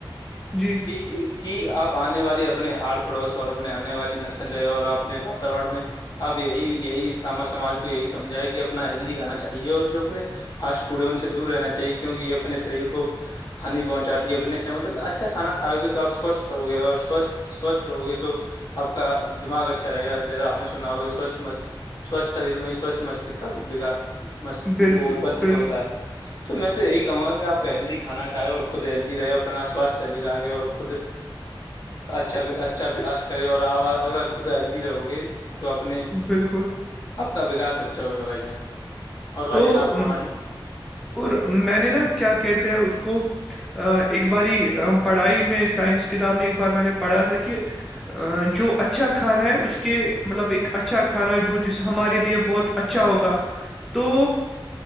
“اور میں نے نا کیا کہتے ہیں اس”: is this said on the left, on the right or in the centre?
Centre